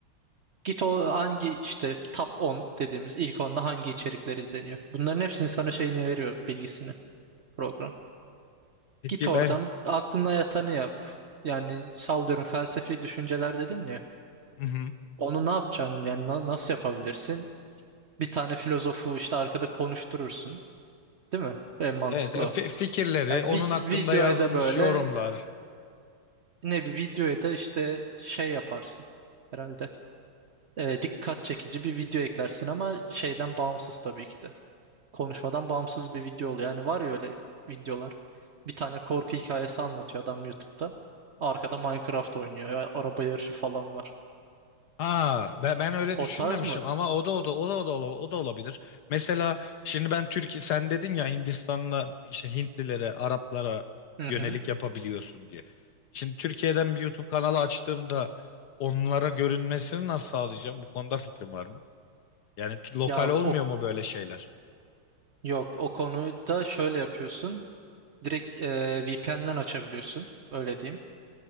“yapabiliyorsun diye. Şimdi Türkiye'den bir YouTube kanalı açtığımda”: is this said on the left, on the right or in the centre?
Left